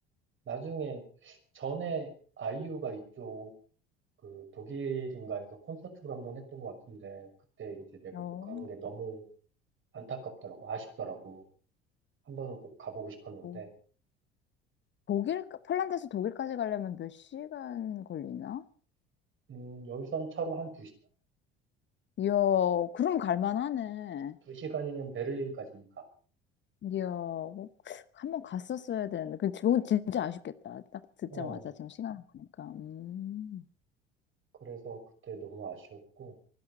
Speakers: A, on the right; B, on the left.
A: 나중에, 전에 아이유가 이쪽, 그, 독일인가에서 콘서트를 한번 했던 것 같은데, 그때 이제 내가
B: 어.
A: 못 간 게 너무 안타깝더라고. 아쉽더라고. 한 번은 꼭 가보고 싶었는데,
B: 어. 독일, 폴란드에서 독일까지 가려면 몇 시간 걸리나?
A: 음, 열선 차로 한
B: 이야, 그럼 갈만하네.
A: 두시간두시간이면 베를린까지는 가.
B: 이야, 꼭 한번 갔었어야 되는데. 그, 그건 진짜 아쉽겠다. 딱 듣자마자
A: 어,
B: 지금 시간 보니까. 음,
A: 그래서 그때 너무 아쉬웠고,